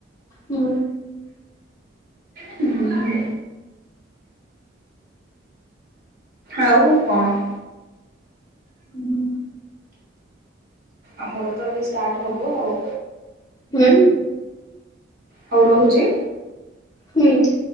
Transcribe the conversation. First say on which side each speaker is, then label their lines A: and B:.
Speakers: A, on the left; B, on the right.
A: ହୁଁ।
B: ହୁଁ ହୁଁ ଆଉ କଣ?
A: ହୁଁ।
B: ଆମର ତ ଏବେ ଷ୍ଟାର୍ଟ ହବ ଆଉ।
A: ନାଇଁ?
B: ହୋଉ ରହୁଛି।
A: ହୁଁ।